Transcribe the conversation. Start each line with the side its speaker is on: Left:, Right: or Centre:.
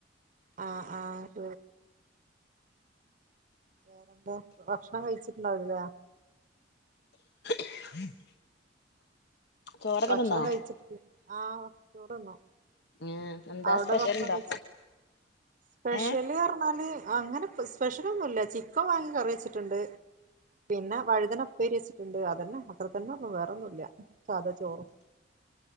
Right: ആ, ആ, ശ വേറെന്താ, ഭക്ഷണം, കഴിച്ചിട്ടുണ്ടാവടില്ല
Left: <unintelligible> ചോറൊക്കെ
Right: ഭക്ഷണം
Left: തിന്നോ
Right: കഴിച്ചിട്ട് ആ ചോറ്ന്നു..
Left: ഉം എന്താ
Right: അവിടെ
Left: സ്പെഷ്യലുണ്ടോ
Right: ഭക്ഷണം കഴിച്ച സ്പെഷല്ന്
Left: ഏഹ്
Right: പറഞ്ഞാല്... അങ്ങന സ്പെഷ്യലൊന്നും ഇല്ല ചിക്കൻ വാങ്ങി കറി വെച്ചിട്ടുണ്ട്.. പിന്നെ വഴുതന ഉപ്പേരി വെച്ചിട്ടുണ്ട് അതന്നെ അത്ര തന്നെ ഉള്ളൂ വേറൊന്നുംല്ല... സാദാ ചോറും